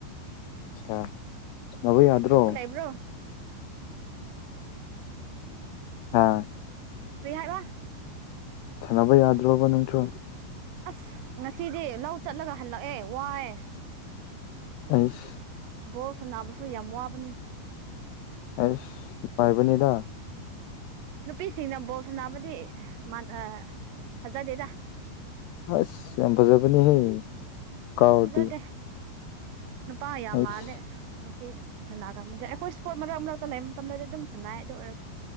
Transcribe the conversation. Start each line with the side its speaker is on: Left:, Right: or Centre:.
Left: ꯑ ꯁꯥꯅꯕꯥ ꯌꯥꯗ꯭ꯔꯣ
Right: ꯂꯩꯕ꯭ꯔꯣ
Left: ꯍꯥꯥ
Right: ꯀꯔꯤ ꯍꯥꯏꯕꯥ
Left: ꯁꯥꯅꯕ ꯌꯥꯗꯔꯣꯕꯥ ꯅꯪꯁꯨꯣ
Right: ꯑꯁ ꯉꯁꯤꯗꯤ ꯂꯧ ꯆꯠꯂꯒ ꯍꯜꯂꯛꯑꯦ ꯋꯥꯏ
Left: ꯑꯁ
Right: ꯕꯣꯁ ꯅꯥꯕꯁꯨ ꯌꯥꯝ ꯋꯥꯕꯅꯤ
Left: ꯑꯦꯁ ꯄꯥꯏꯕꯅꯤꯗ
Right: ꯅꯨꯄꯤꯁꯤꯡꯅ ꯕꯣꯜ ꯁꯥꯟꯅꯕꯗꯤ ꯐꯖꯗꯦꯗ
Left: ꯑꯁ ꯌꯥꯝ ꯐꯖꯕꯅꯤ ꯍ ꯀꯥꯎꯔꯗꯤ
Right: ꯐꯖꯗꯦ ꯅꯨꯄꯥ ꯌꯥꯝ
Left: ꯑꯩꯁ
Right: ꯃꯥꯜꯂꯦ ꯅꯨꯄꯤ ꯁꯅꯥ ꯀꯃꯗ ꯑꯩꯈꯣꯏ ꯏꯁꯄꯣꯔꯠ ꯃꯔꯛ ꯃꯔꯛꯇ ꯂꯩꯕ ꯃꯇꯝꯗꯗꯤ ꯑꯗꯨꯝ ꯁꯥꯟꯅꯏ ꯑꯗꯨ ꯑꯣꯏꯔꯁꯨ